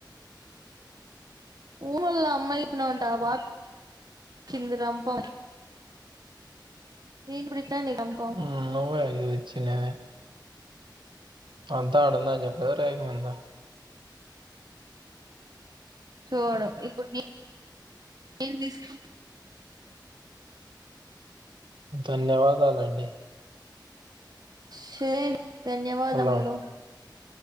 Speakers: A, on the right; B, on the right.
A: ఊ మల్ల అమ్మాయి ఇప్పినవంటా వా కింది రంపం <unintelligible> రంపం
B: ఉమ్ నువ్వే ఇది ఇచ్చి నేనే అంతా ఆడుందని చెప్పదా రేకు మింద
A: చువడు ఇప్పుడు నే నేను తీస్ <inaudible>
B: ధన్యవాదాలండి
A: సరే <inaudible> ధన్యవాదములు
B: హలో!